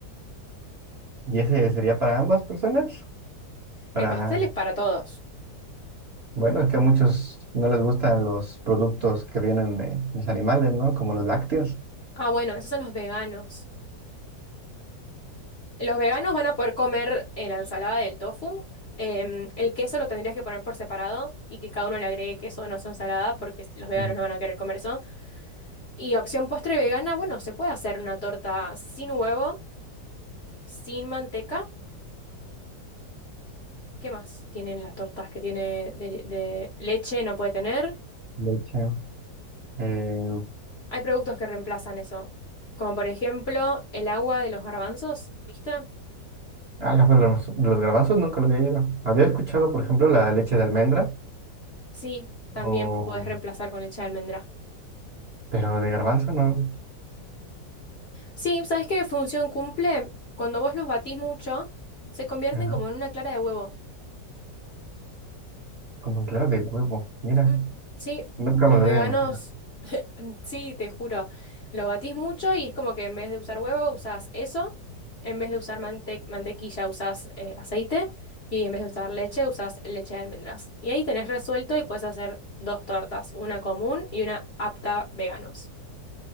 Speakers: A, on the right (about 45°); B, on the left (about 45°).
A: Y ese sería para ambas personas, para,
B: El pastel es para todos.
A: bueno, es que a muchos no les gustan los productos que vienen de los animales, ¿no? Como los lácteos.
B: Ah, bueno, esos son los veganos. Los veganos van a poder comer eh, la ensalada del tofu. Em, el queso lo tendrías que poner por separado y que cada uno le agregue queso no su ensalada porque s- los veganos
A: Ujú.
B: no van a querer comer eso. Y opción postre vegana, bueno, se puede hacer una torta sin huevo, sin manteca. ¿Qué más tienen las tortas que tiene de, de leche? No puede tener.
A: Leche. Eh,
B: Hay productos que reemplazan eso, como por ejemplo el agua de los garbanzos, ¿viste?
A: ah, la- bueno, los, los garbanzos nunca lo había oído. Había escuchado, por ejemplo, la leche de almendra
B: Sí, también
A: O,
B: puedes reemplazar con leche de almendra.
A: pero de garbanzo no.
B: Sí, ¿sabes qué función cumple? Cuando vos los batís mucho, se convierten
A: Ajá.
B: como en una clara de huevo.
A: Como claro, de huevo. Mira,
B: Mm, sí,
A: nunca
B: los
A: me lo
B: veganos,
A: hubiera imaginado.
B: mm, sí, te juro, lo batís mucho y es como que en vez de usar huevo, usás eso, en vez de usar mante- mantequilla, usás eh, aceite y en vez de usar leche, usás leche de almendras. Y ahí tenés resuelto y puedes hacer dos tortas, una común y una apta veganos.